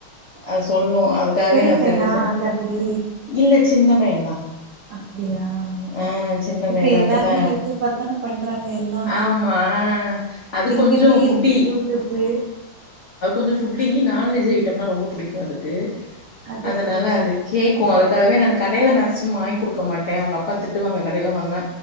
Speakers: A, on the left (about 80°); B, on the right (about 80°).
A: அ சொல் புரோ அதுக்காகவே
B: பெரிய
A: நா
B: பையனா
A: செஞ்சு செஞ்
B: தம்பி
A: இல்ல சின்ன பையந்தா
B: அப்டியா ஓகே
A: ஆ சின்ன
B: இப்ப
A: பையந்தா
B: எல்லாருமே
A: இப்பத்தா
B: யூ டியூப்த் தானே பண்றாங்க எல்லாமே
A: ஆமா ஆ அது
B: இருக்கவே
A: கொஞ்சோ ஃபுட்டி
B: இருக்கு யூ டியூப்பு
A: இந்த ஃபுட்லி நான்வெஜ் ஐட்டம்ன ரொம்ப புடிக்கும் அதுக்கு
B: அது
A: அதனால
B: சரி
A: அது கேக் கோ அதுக்காகவே நா கடைல மேக்சிமம் வாங்கி குடுக்க மாட்டேன் அவங்க அப்பா திட்டுவாங்க கடையல்லா வாங்கினா